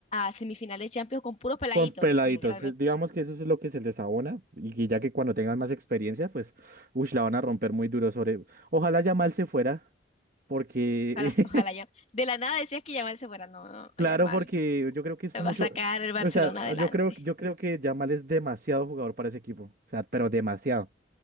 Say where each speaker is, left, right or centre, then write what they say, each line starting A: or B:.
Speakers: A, on the left (about 35°); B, on the right (about 50°).
A: a semifinales de Champions con puros peladitos,
B: con peladitos,
A: literalmente.
B: es- digamos que eso es lo que se les abona, y que ya que cuando tengan más experiencia, pues, uy, la van a romper muy duro sobre, ojalá Yamal se fuera, porque
A: Ojalá, ojalá ya.
B: <laughs>
A: De la nada decías que Yamal se fuera. No, no,
B: Claro,
A: Yamal.
B: porque yo creo que es
A: Me
B: mucho,
A: va a sacar el Barcelona
B: o sea,
A: adelante.
B: yo creo, yo creo que Yamal es demasiado jugador para ese equipo, o sea, pero demasiado.